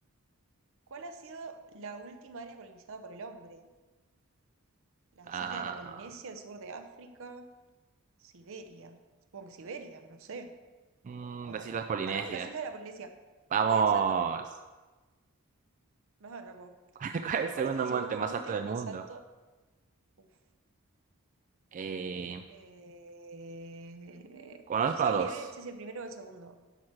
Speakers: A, on the right (about 65°); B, on the right (about 35°).
A: ¿Cuál ha sido la última área colonizada por el hombre? Las
B: Ah,
A: islas de la Polinesia, el sur de África, Siberia. Supongo que Siberia, no sé.
B: mm,
A: A
B: las
A: ver.
B: Islas Polinesias.
A: Ah, no, las islas de la Polinesia.
B: Vamos.
A: Podía ser también. Vas a ganar vos.
B: <laughs> ¿Cuál, es el segundo
A: ¿Cuál es el
B: monte
A: segundo
B: más
A: monte
B: alto del
A: más
B: mundo?
A: alto? Uf.
B: Eh,
A: Eh,
B: conozco
A: No sé si
B: a
A: el
B: dos.
A: Everest es el primero o el segundo.